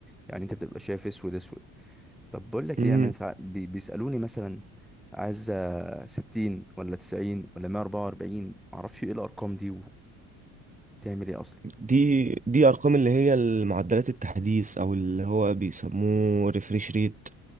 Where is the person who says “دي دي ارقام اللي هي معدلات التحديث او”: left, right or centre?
Right